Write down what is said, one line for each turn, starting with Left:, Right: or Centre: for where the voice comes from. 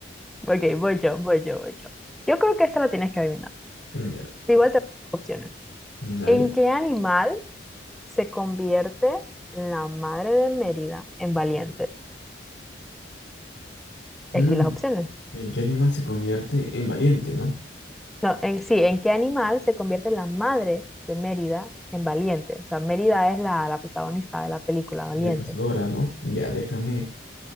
Centre: ok, voy yo, voy yo, voy yo. Yo creo que esta la tienes que adivinar.
Left: Mm, Ya,
Centre: Igual te doy opciones.
Left: Mm, dale.
Centre: ¿En qué animal se convierte la madre de Mérida en Valiente?
Left: Mm,
Centre: Aquí las opciones.
Left: ¿En qué animal se convierte en valiente, no?
Centre: No, en sí, ¿en qué animal se convierte la madre de Mérida en Valiente? O sea, Mérida es la, la protagonista de la película Valiente.
Left: La cazadora, ¿no? Ya, déjame,